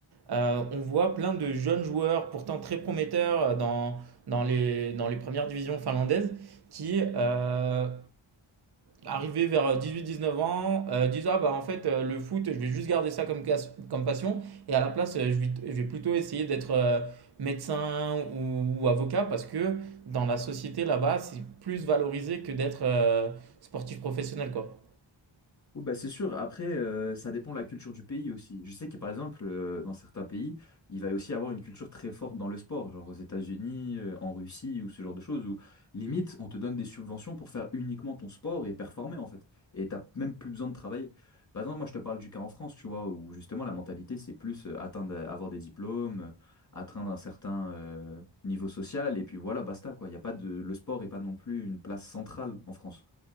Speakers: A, on the right; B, on the left.
A: Euh, on voit plein de jeunes joueurs, pourtant très prometteurs euh, dans, dans les, dans les premières divisions finlandaises, qui euh, Arrivé vers 18-19 ans, euh, disant ah bah en fait euh, le foot, je vais juste garder ça comme, casse- comme passion et à la place euh, je vais, je vais plutôt essayer d'être euh, médecin ou, ou avocat parce que dans la société là-bas c'est plus valorisé que d'être euh, sportif professionnel quoi.
B: Oui, bah, c'est sûr. Après, euh, ça dépend de la culture du pays aussi. Je sais que par exemple, euh, dans certains pays, il va aussi avoir une culture très forte dans le sport, genre aux États-Unis, euh, en Russie ou ce genre de choses, où limite, on te donne des subventions pour faire uniquement ton sport et performer en fait. Et t'as même plus besoin de travailler. Par exemple, moi, je te parle du cas en France, tu vois, où justement la mentalité, c'est plus euh, atteindre, euh, avoir des diplômes, euh, atteindre un certain euh, niveau social, et puis voilà, basta, quoi. Il y a pas de... Le sport n'est pas non plus une place centrale en France.